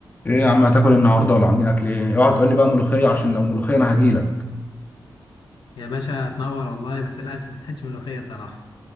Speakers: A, on the left; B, on the left.
A: ايه يا عم هتاكل إيه النهارده ولا عاملين اكل ايه اوعى تقول لي بقى ملوخيه عشان لو ملوخيه انا هجيلك
B: يا باشا تنور والله بس للأسف ما كانتش ملوخية صراحة